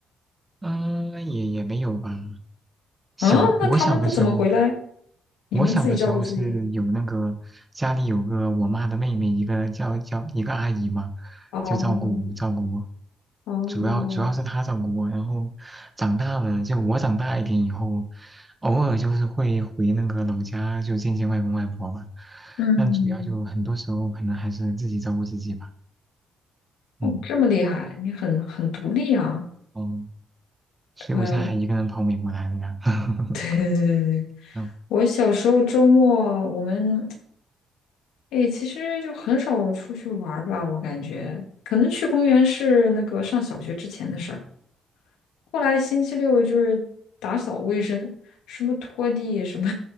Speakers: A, on the right (about 15°); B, on the left (about 90°).
A: 嗯、也也没有吧。小我小的时候，
B: 啊，那他们不怎么回来，你们自己照顾自己。
A: 我小的时候是有那个家里有个我妈的妹妹，一个叫叫一个阿姨嘛，
B: 哦
A: 就照顾照顾我，
B: 哦，
A: 主要主要是她照顾我。然后长大了，就我长大一点以后，偶尔就是会回那个老家，就见见外公外婆吧。
B: 嗯，
A: 但主要就很多时候可能还是自己照顾自己吧。嗯
B: 哦，这么厉害，你很很独立啊。
A: 嗯，所以我现在还一个人跑美国来了呀。
B: 哇哦，
A: <laughs>
B: 对对对对对，
A: 嗯
B: 我小时候周末我们哎，其实就很少出去玩儿吧，我感觉可能去公园是那个上小学之前的事儿，后来星期六就是打扫卫生，什么拖地什么